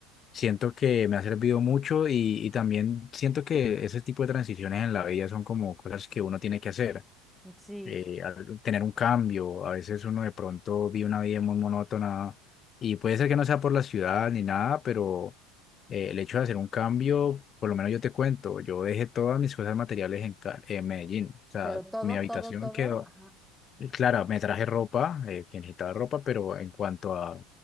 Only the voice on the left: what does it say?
Siento que me ha servido mucho y, y también siento que ese tipo de transiciones en la vida son como cosas que uno tiene que hacer
eh, al- tener un cambio. A veces uno de pronto vive una vida muy monótona y puede ser que no sea por la ciudad ni nada, pero eh, el hecho de hacer un cambio, por lo menos yo te cuento, yo dejé todas mis cosas materiales en, Ca- en Medellín. O sea,
mi habitación
quedó,
y claro, me traje ropa, eh, que necesitaba ropa, pero en cuanto a